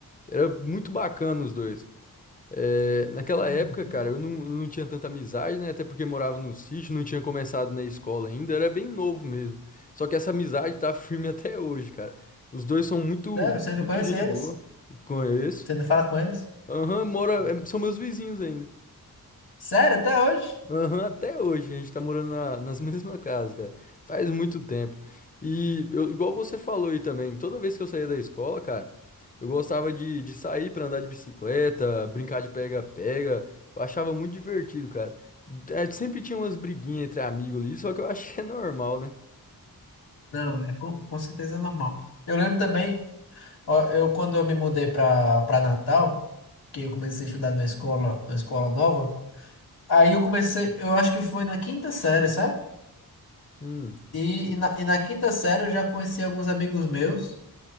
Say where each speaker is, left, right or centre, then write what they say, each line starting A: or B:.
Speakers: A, on the left (about 20°); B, on the left (about 80°).
A: Era muito bacana os dois. É, naquela
B: Uhum.
A: época, cara, eu não, não tinha tanta amizade, né? Até porque morava no sítio, não tinha começado na escola ainda, era bem novo mesmo. Só que essa amizade tá firme <laughs> até hoje, cara. Os dois são muito,
B: Sério,
A: muito
B: você ainda conhece
A: gente
B: eles?
A: boa, conheço.
B: Você ainda fala com eles?
A: Aham, mora, é, são meus vizinhos ainda.
B: Sério, até hoje?
A: Aham, até hoje a gente tá morando na- nas <laughs> mesmas casas, cara. Faz muito tempo. E eu- igual você falou aí também, toda vez que eu saía da escola, cara, eu gostava de, de sair pra andar de bicicleta, brincar de pega-pega. Eu achava muito divertido, cara. É, sempre tinha umas briguinhas entre amigos ali, só que eu <laughs> acho que é normal, né?
B: Não, é com, com certeza é normal. Eu lembro também, ó, eu quando eu me mudei para para Natal, que eu comecei a estudar numa escola, numa escola nova, Aí eu comecei, eu acho que foi na quinta série, sabe?
A: Hum.
B: E, e, na, e na quinta série eu já conheci alguns amigos meus